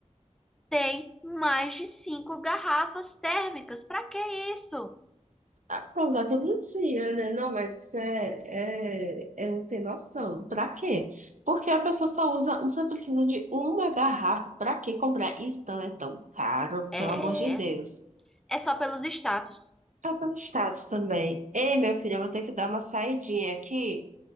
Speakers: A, in the centre; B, on the right.
A: tem mais de cinco garrafas térmicas. Pra que isso?
B: Apesar que eu não tinha, né? Não, mas isso é, é, é um sem noção. Pra quê? Porque a pessoa só usa, só precisa de uma garrafa. Pra que comprar? E Stanley é tão caro,
A: É,
B: pelo amor de Deus.
A: é só pelos status.
B: Ah, para os estados também. Ei, minha filha, eu vou ter que dar uma saidinha aqui.